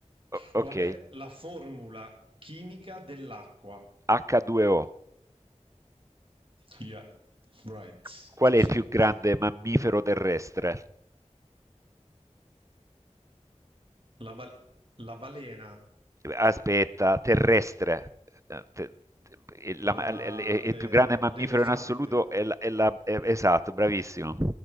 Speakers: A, on the right; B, on the right.
A: O- ok,
B: Qual è la formula chimica dell'acqua?
A: H2O.
B: Yeah, right,
A: Qual
B: giusto.
A: è il più grande mammifero terrestre?
B: La, bal- la balena,
A: Aspetta, terrestre. Eh, te- te- la-
B: ah,
A: l- l- il
B: eh,
A: più grande mammifero
B: l'elefante,
A: in assoluto è, la- è la- è- esatto, bravissimo,